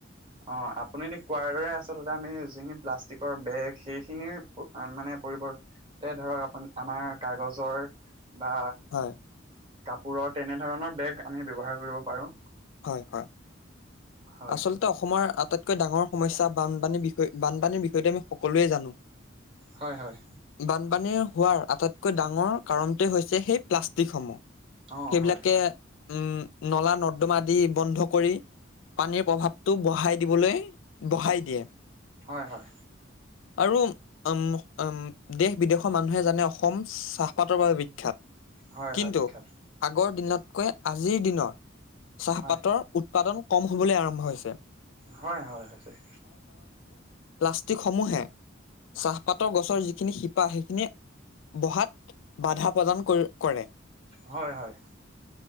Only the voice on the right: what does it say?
অ' আপুনি কোৱাৰ দৰে আচলতে আমি যিখিনি প্লাষ্টিকৰ বেগ সেইখিনি মানে। পৰিৱৰ্তে ধৰক আপোন আমাৰ কাগজৰ বা
কাপোৰৰ তেনে ধৰণৰ বেগ আমি ব্যৱহাৰ কৰিব পাৰো।
হয়
হয় হয়
অ
হয়
হয়, হয়।
হয়
হয় বিখ্যাত
হয়
হয়-হয়, সঁচাকৈ।
হয়-হয়।